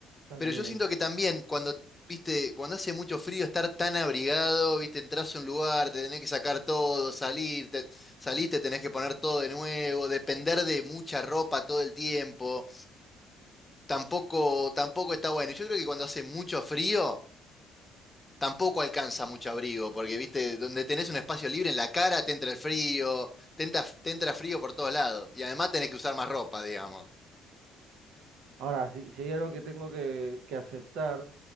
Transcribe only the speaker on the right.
También.
Ahora, si, si hay algo que tengo que, que aceptar